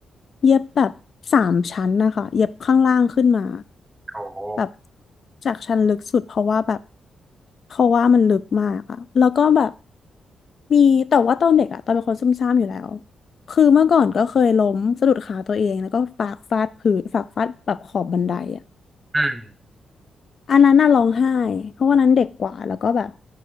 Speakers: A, on the left; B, on the right.
A: เย็บแบบสามชั้นนะคะเย็บข้างล่างขึ้นมา
B: โอ้โห
A: แบบจากชั้นลึกสุดเพราะว่าแบบเพราะว่ามันลึกมากอะแล้วก็แบบมีแต่ว่าตอนเด็กอะตอนเป็นคนซุ่มซ่ามอยู่แล้วคือเมื่อก่อนก็เคยล้มสะดุดขาตัวเองแล้วก็ปากฟาดพื้นปากฟาดแบบขอบบันไดอะ
B: อืม
A: อันนั้นน่ะร้องไห้เพราะวันนั้นเด็กกว่าแล้วก็แบบ